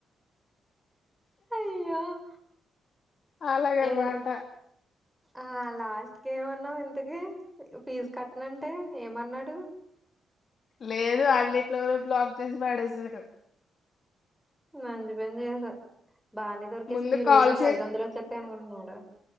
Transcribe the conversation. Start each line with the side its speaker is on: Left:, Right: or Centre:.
Centre: అయ్యో <inaudible>
Left: అలాగన్మాట
Centre: ఏ ఆ లాస్ట్ కి ఏమన్నావు ఇంతకి ఫీజు కట్నంటే ఏమన్నాడు
Left: లేదు అన్నిట్లోను బ్లాక్ చేసి పడేసారు
Centre: మంచి పని చేశావ్ బాగానే దొరికేసింది
Left: ముందు
Centre: ఈ రోజు
Left: కాల్
Centre: ఐదు వందలు వచ్చేస్తాయి అనుకుంటున్నాడు